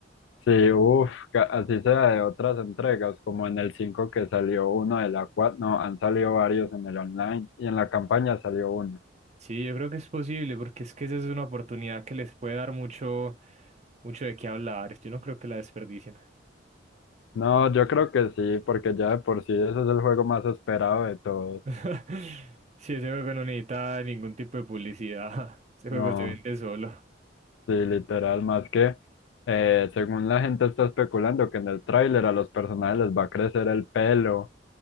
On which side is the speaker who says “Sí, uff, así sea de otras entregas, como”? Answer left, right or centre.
Left